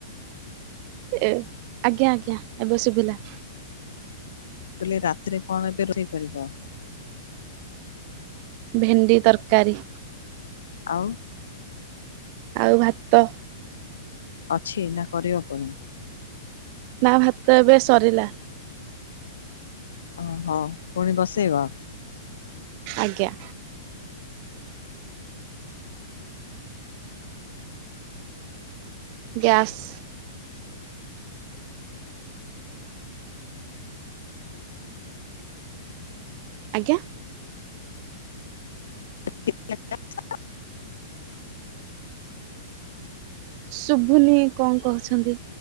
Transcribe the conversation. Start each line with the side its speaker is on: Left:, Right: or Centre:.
Right: ଏ ଆଜ୍ଞା ଆଜ୍ଞା ଏବେ ଶୁଭିଲା।
Left: ମୁଁ କହିଲି ରାତିରେ କଣ ଏବେ ରୋଷେଇ କରିବ?
Right: ଭେଣ୍ଡି ତରକାରୀ।
Left: ଆଉ?
Right: ଆଉ ଭାତ।
Left: ଅଛି ନା କରିବ ପୁଣି?
Right: ନା ଭାତ ଏବେ ସରିଲା।
Left: ଓହ ପୁଣି ବସେଇବ?
Right: ଆଜ୍ଞା। ଗ୍ୟାସ୍। ଆଜ୍ଞା?
Left: <inaudible>
Right: ଶୁଭୁନି କଣ କହୁଛନ୍ତି।